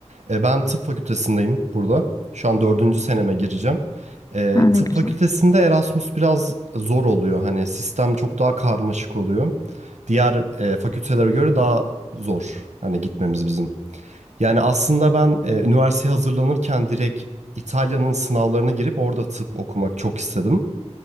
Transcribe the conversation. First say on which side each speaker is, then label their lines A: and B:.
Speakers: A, on the right (about 80°); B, on the left (about 30°).
A: E, ben tıp fakültesindeyim burada. Şu an dördüncü seneme gireceğim. E,
B: Ha, ne
A: tıp
B: güzel.
A: fakültesinde Erasmus biraz zor oluyor. Hani sistem çok daha karmaşık oluyor. Diğer e, fakültelere göre daha zor. Hani gitmemiz bizim. Yani aslında ben e, üniversiteye hazırlanırken direkt İtalya'nın sınavlarına girip orada tıp okumak çok istedim.